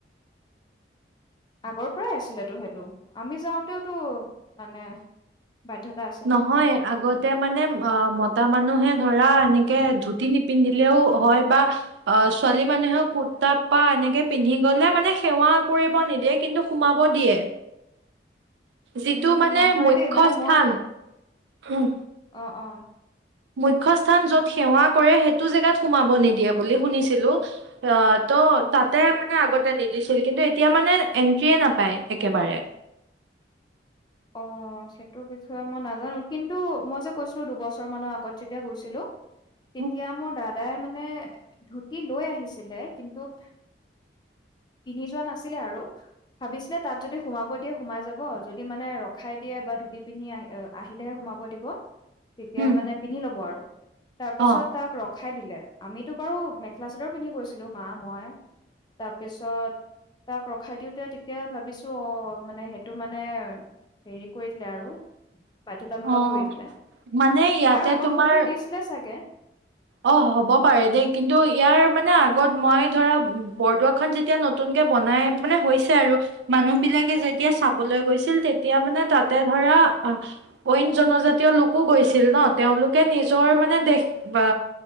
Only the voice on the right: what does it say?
নহয়, আগত তে মানে অ, মতা মানুহে ধৰা এনেকে ধুতি নিপিন্ধিলেও হয় বা অ ছোৱালী মানুহে কুৰ্তা পা এনেকে পিন্ধি গ'লে মানে সেৱা কৰিব নিদিয়ে। কিন্তু সোমাব দিয়ে।
যিটো মানে
মুখ্য
স্থান
হুম
মুখ্যস্থান য'ত সেৱা কৰে, সেইটো জেগাত সোমাব নিদিয়ে বুলি শুনিছিলোঁ। অ ত' তাতে মানে আগতে নিদিছিল। কিন্তু এতিয়া মানে এন্ট্ৰিয়ে নাপায় একেবাৰে।
<inaudible>
উম
অ
অ
মানে ইয়াতে
তোমাৰ
অ হ'ব পাৰে দেই কিন্তু ইয়াৰ মানে আগত মই ধৰা বৰদোৱাখন যেতিয়া নতুনকে বনাই মানে হৈছে আৰু মানুহ বিলাকে যেতিয়া চাবলৈ গৈছিল তেতিয়া মানে তাতে ধৰা আহ অইন জনজাতীয় লোকো গৈছিল ন তেওঁলোকে নিজৰ মানে দেশ বা